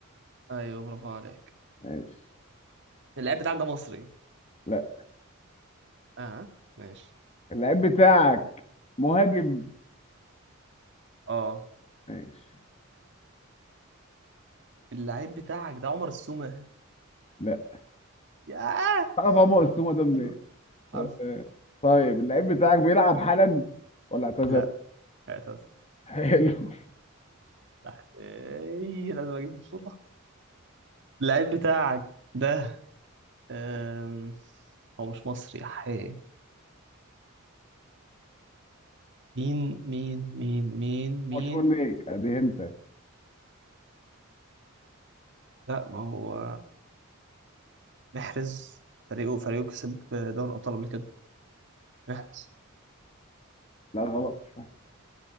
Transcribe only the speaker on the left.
ماشي
لا
اللعيب بتاعك مهاجم
ماشي
لا
تعرف عمر السومه ده منين
تمام.
طيب اللعيب بتاعك بيلعب حالا ولا اعتزل
حلو <laughs>
مشهور ليك ادي انت
لا غلط مش فاهم